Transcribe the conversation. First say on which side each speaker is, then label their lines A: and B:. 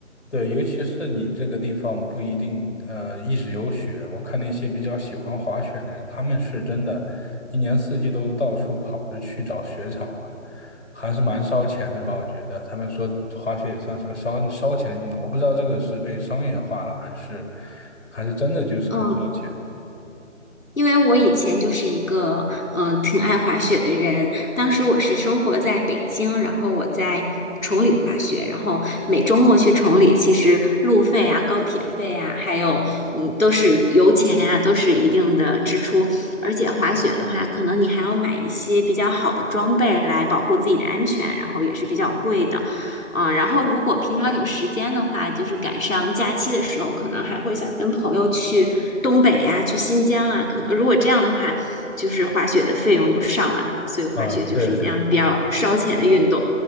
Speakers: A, on the left; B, on the left.
A: 对，尤其是你这个地方不一定呃一直有雪，我看那些比较喜欢滑雪的人，他们是真的，一年四季都到处跑着去找雪场玩，还是蛮烧钱的吧？我觉得他们说滑雪也算是个烧烧钱的运动，我不知道这个是被商业化了，还是还是真的就是很烧钱。
B: 嗯，因为我以前就是一个嗯、呃挺爱滑雪的人，当时我是生活在北京，然后我在崇礼滑雪，然后每周末去崇礼，其实路费啊、高铁费啊，还有嗯都是油钱啊，都是一定的支出。而且滑雪的话，可能你还要买一些比较好的装备来保护自己的安全，然后也是比较贵的。啊，然后如果平常有时间的话，就是赶上假期的时候，可能还会想跟朋友去东北呀、去新疆啊。可能如果这样的话，就是滑雪的费用就上来了，所以滑雪就是一项比较烧钱的运动。
A: 啊，对对对，